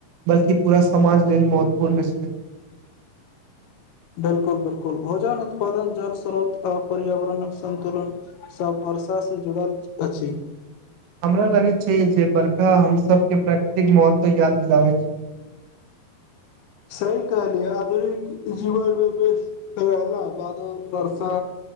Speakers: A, on the right; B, on the left.
A: बल्कि पूरा समाज लेल महत्वपूर्ण छै।
B: बिल्कुलकुल बिल्कुल भोजन उत्पादन जल स्रोत आ पर्यावरणक संन्तुलन। सब वर्षा सऽ जुड़ल अछी।
A: हमरा लगे छै जे बरखा हम सब के प्राकृतिक महत्व याद दिलाबे छै।
B: सही कहलिये आधुनिक जीवनमे बेस। के रहला बादो वरसा।